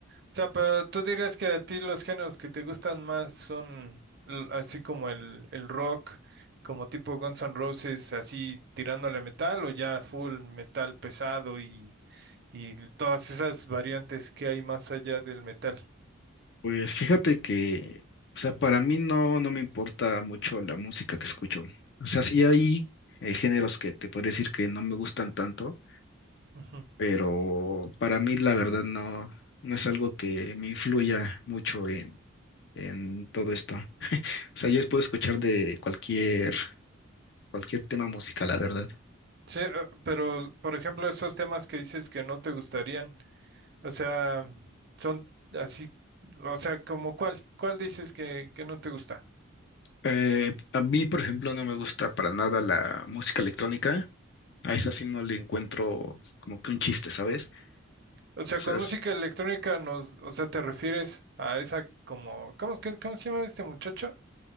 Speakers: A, on the right; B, on the left.
A: O sea, pero tú dirías que a ti los géneros que te gustan más son l- así como el, el rock, como tipo Guns N' Roses, así tirándole metal o ya full metal pesado y, y todas esas variantes que hay más allá del metal.
B: Pues fíjate que, o sea, para mí no, no me importa mucho la música que escucho. O sea, sí hay eh, géneros que te podría decir que no me gustan tanto,
A: Ujú.
B: pero para mí la verdad no, no es algo que me influya mucho en, en todo esto. O sea, yo puedo escuchar de cualquier, cualquier tema musical, la verdad.
A: Sí, eh, pero por ejemplo, esos temas que dices que no te gustarían. O sea, son así, o sea, como cuál, cuál dices que, que no te gusta.
B: Eh, a mí, por ejemplo, no me gusta para nada la música electrónica. A esa sí no le encuentro como que un chiste, ¿sabes?
A: O sea,
B: O sea,
A: con música electrónica nos, o sea, te refieres a esa como, ¿cómo, es que- cómo se llama este muchacho?